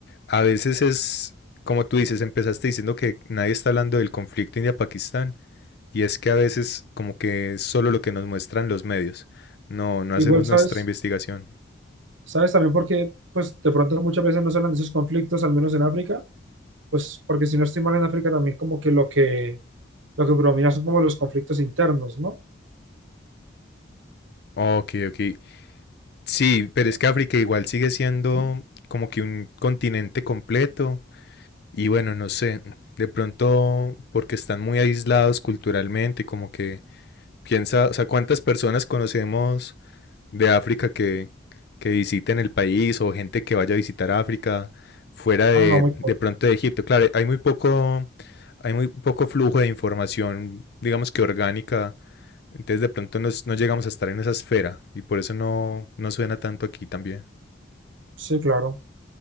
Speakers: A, on the left; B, on the right.
A: a veces es, como tú dices, empezaste diciendo que nadie está hablando del conflicto India-Pakistán. Y es que a veces como que es solo lo que nos muestran los medios. No, no
B: igual
A: hacemos nuestra
B: sabes,
A: investigación.
B: sabes también porque, pues, de pronto muchas veces no se hablan de esos conflictos, al menos en África pues porque si no estoy mal en África también como que lo que lo que predomina son como los conflictos internos, ¿no?
A: Ok, ok. Sí, pero es que África igual sigue siendo como que un continente completo. Y bueno, no sé, de pronto porque están muy aislados culturalmente, como que piensa, o sea, ¿cuántas personas conocemos de África que, que visiten el país o gente que vaya a visitar África fuera de,
B: Ah, no, muy poco.
A: de pronto de Egipto. Claro, hay muy poco, hay muy poco flujo de información, digamos que orgánica, entonces de pronto nos- no llegamos a estar en esa esfera y por eso no, no suena tanto aquí también.
B: Sí, claro.